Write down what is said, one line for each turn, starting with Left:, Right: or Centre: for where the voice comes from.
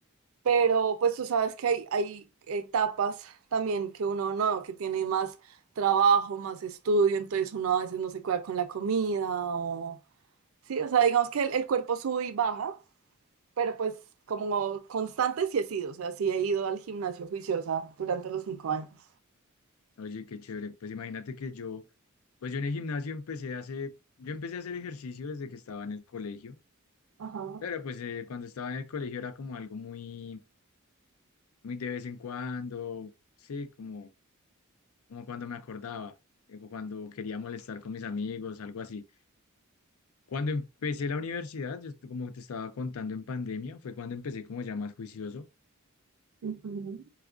Right: Pero pues tú sabes que hay, hay etapas también que uno no, que tiene más trabajo, más estudio, entonces uno a veces no se cuida con la comida o... Sí, o sea, digamos que el, el cuerpo sube y baja, pero pues como constante sí he sido, o sea, sí he ido al gimnasio juiciosa durante los cinco años.
Left: Oye, qué chévere. Pues imagínate que yo, pues yo en el gimnasio empecé hace, yo empecé a hacer ejercicio desde que estaba en el colegio,
Right: Ajá.
Left: pero pues eh, cuando estaba en el colegio era como algo muy muy de vez en cuando, sí, como, como cuando me acordaba, eh, o cuando quería molestar con mis amigos, algo así. Cuando empecé la universidad, yo estu- como te estaba contando en pandemia, fue cuando empecé como ya más juicioso.
Right: Ujú.